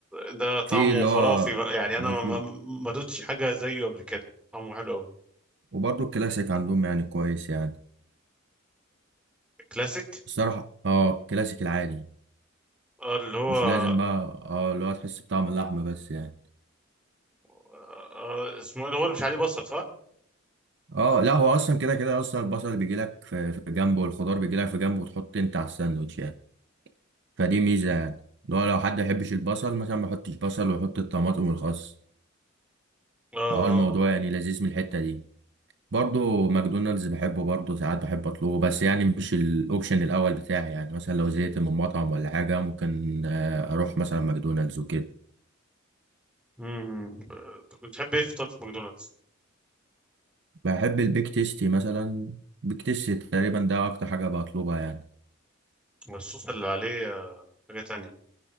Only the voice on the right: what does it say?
في اللي هو
بطلب
وبرضه الكلاسيك عندهم يعني كويس يعني
الصراحة اه الكلاسيك العادي
مش لازم بقى اه اللي هو تحس بطعم اللحمة بس يعني
اه لا هو اصلا كده كده اصلا البصل بيجي لك في في جنبه والخضار بيجي لك في جنبه وتحط انت على الساندوتش يعني فدي ميزة يعني اللي هو لو حد ما يحبش البصل مثلا ما يحطش بصل ويحط الطماطم والخس
فهو الموضوع يعني لذيذ من الحتة دي برضه ماكدونالدز بحبه برضه ساعات بحب اطلبه بس يعني مش الاوبشن الاول بتاعي يعني مثلا لو زهقت من مطعم ولا حاجه ممكن آه، اروح مثلا ماكدونالدز وكده
بحب البيك تيستي مثلا بيك تيستي تقريبا ده اكتر حاجه بطلبها يعني